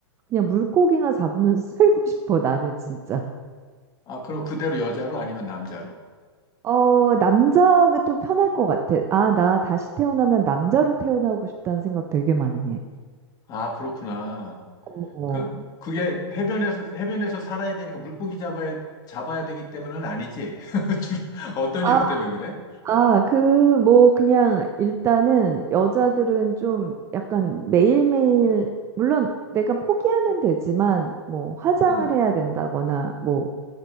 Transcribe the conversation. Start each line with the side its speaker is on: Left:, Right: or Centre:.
Right: 그냥 물고기나 잡으면서 <laughs> 살고 싶어. 나는 진짜.
Left: 그럼 그대로 여자로 아니면 남자로
Right: 어, 남자가 또 편할 것 같아. 아, 나 다시 태어나면 남자로 태어나고 싶다는 생각 되게 많이 해.
Left: 아 그렇구나
Right: 어, 어.
Left: 그, 그게 해변에서, 해변에서 살아야 되니까 물고기 잡아야, 잡아야 되기 때문은 아니지. <laughs> 주로 어떤
Right: 아,
Left: 이유 때문에 그래?
Right: 아, 그, 뭐, 그냥, 일단은, 여자들은 좀 약간 매일매일, 물론 내가 포기하면 되지만, 뭐, 화장을
Left: 음.
Right: 해야 된다거나, 뭐,